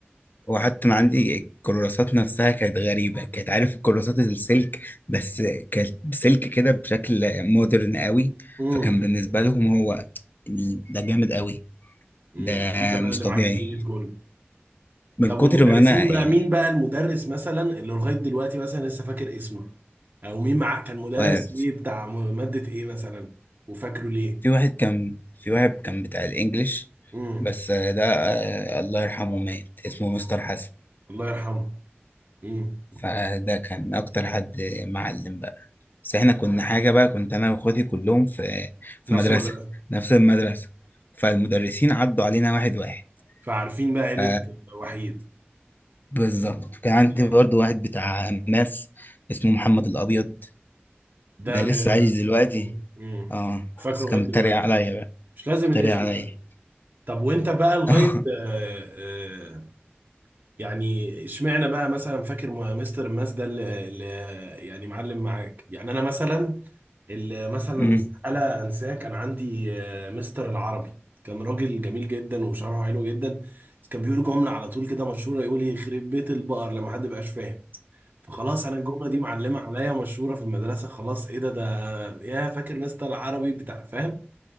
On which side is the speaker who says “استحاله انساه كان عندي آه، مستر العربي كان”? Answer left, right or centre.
Right